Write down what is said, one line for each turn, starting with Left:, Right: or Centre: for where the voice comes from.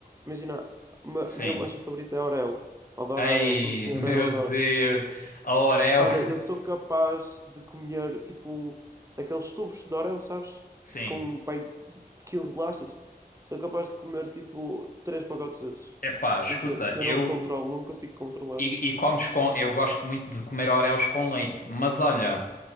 Right: imagina, uma-
Left: sim.
Right: a minha bolacha favorita é Oreo. Adoro
Left: Ei,
Right: Oreo. Tudo que tem
Left: <laughs> meu
Right: Oreo, adoro.
Left: Deus, a Oreo.
Right: Olha,
Left: <laughs>
Right: eu sou capaz de comer, tipo, aqueles tubos de Oreo, sabes?
Left: Sim.
Right: Com, pai, 15 bolachas. Sou capaz de comer, tipo, três pacotes desses.
Left: Epá, escuta,
Right: E que eu, eu
Left: eu
Right: não me controlo, não me consigo controlar.
Left: e, e comes com, eu gosto muito de comer Oreos com leite, mas olha,